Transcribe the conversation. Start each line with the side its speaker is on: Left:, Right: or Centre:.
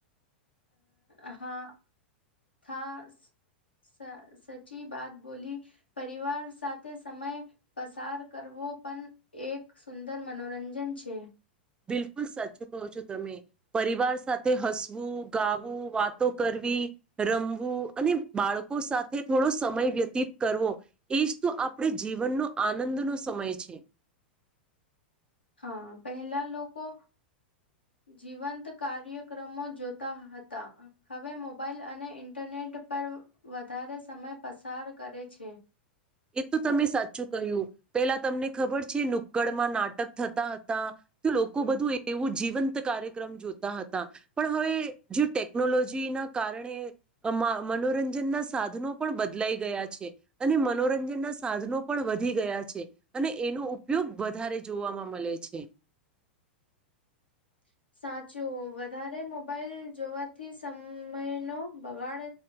Left: અ-હા થાસ સ સચી બાત બોલી. પરિવાર સાથે સમય પસાર કરવો ઓ પન એક સુંદર મનોરંજન છે.
Right: બિલકુલ સાચું કહો છો તમે. પરિવાર સાથે હસવું, ગાવું, વાતો કરવી વી રમવું અને બાળકો સાથે થોડો સમય વ્યતીત કરવો એજ તો આપણે જીવનનો આનંદનો સમય છે.
Left: હા પહેલા લોકો જીવંત કાર્યક્રમો જોતા હતા. હવે મોબાઇલ અને ઇન્ટરનેટ ઇન્ટ પર વધારે સમય પસાર કરે છે.
Right: એ તો તમે સાચું કહ્યું. પેલા તમને ખબર છે. નુક્કડમાં નાટક થતા હતા તો લોકો બધું એ-એવું જીવંત કાર્યક્રમ જોતા હતા. પણ હવે જે ટેકનોલોજી ક્તિના કારણે અમા મનોરંજન ના સાધનો પણ બદલાઈ ગયા છે અને મનોરજન રંજનના સાધનો પણ વધી ગયા છે અને એનો ઉપયોગ વધારે જોવાવામાં મળે છે.
Left: <inaudible> સાચુ-ઉ વધારે મોબાઈલ જોવાથી સમયનો બગાડ